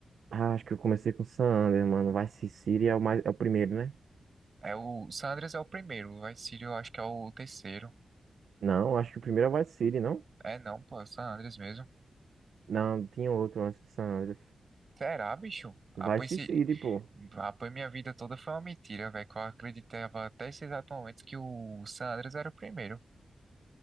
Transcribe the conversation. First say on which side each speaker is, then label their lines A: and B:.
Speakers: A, on the right (about 80°); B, on the right (about 50°).
A: Ah, acho que eu comecei com San Andreas, mano. Vice City é o, mais, é o primeiro, né?
B: É o San Andreas é o primeiro, o Vice City eu acho que é o terceiro.
A: Não, acho que o primeiro é o Vice City, não?
B: É não, pô, é o San Andreas mesmo.
A: Não, tinha outro antes do San Andreas.
B: Será, bicho? Ah,
A: Vice
B: pois, se...
A: City, pô.
B: ah, pois minha vida toda foi uma mentira, velho, que eu acreditava até esse exato momento que o San Andreas era o primeiro.